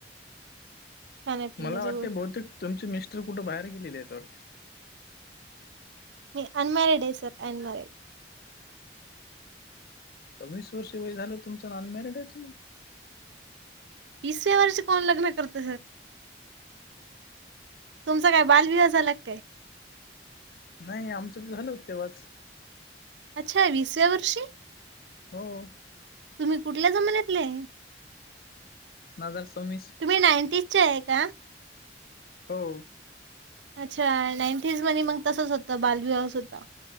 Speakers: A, on the right (about 80°); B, on the left (about 55°).
A: खाण्यापिण्याच्या
B: मला वाटते
A: गो
B: बहुतेक तुमचे मिस्टर कुठे बाहेर गेलेले, आहेत वाटते.
A: मी अनमॅरड आहे, सर अनमॅरड!
B: सव्वीस वर्ष वय झालं, तुमचं अनमॅरिड आहे! तुम्ही
A: विसाव्या वर्षी कोण लग्न करत, सर. तुमचा काय बालविवाह झाला काय?
B: नाही आमचं तर झालं होत, तेव्हाच!
A: अच्छा आहे विसाव्या वर्षी
B: हो!
A: तुम्ही कुठल्या जमान्यातले?
B: दोन हजार सवीस!
A: तुम्ही नाइन्टीज चे आहे का
B: हो
A: अच्छा नाइन्टीज मध्ये मग तसच होतं, बालविवाहच होता.